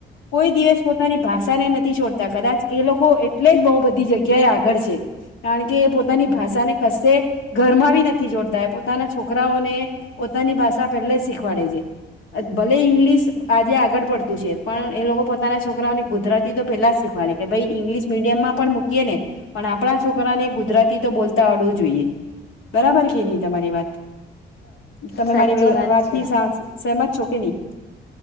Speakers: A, on the left; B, on the left.
A: કોઈ દિવસ પોતાની ભાષા ને નથી છોડતા કદાચ એ લોકો એટલે જ બો બધી જગ્યાએ આગળ છે. કારણ કે એ પોતાની ભાષાને કશે ઘરમાં બી નથી જોડતા પોતાના છોકરાઓને પોતાની ભાષા પેલે જ શીખવાડે છે. ભલે ઈંગ્લિશ આજે આગળ પડતું છે, પણ એ લોકો પોતાના છોકરાઓને ગુજરાતી તો પેલા જ શીખવાડે. કે ભાઈ ઇંગ્લિશ મીડિયમમાં પણ મૂકીએ ને પણ આપણા છોકરાને ગુજરાતી તો બોલતા આવડવું જોઈએ. બરાબર કે નહી તમારી વાત? તમે
B: સાચી
A: મારી
B: વાત
A: વાતથી
B: છે
A: સહમત છો કે નહી?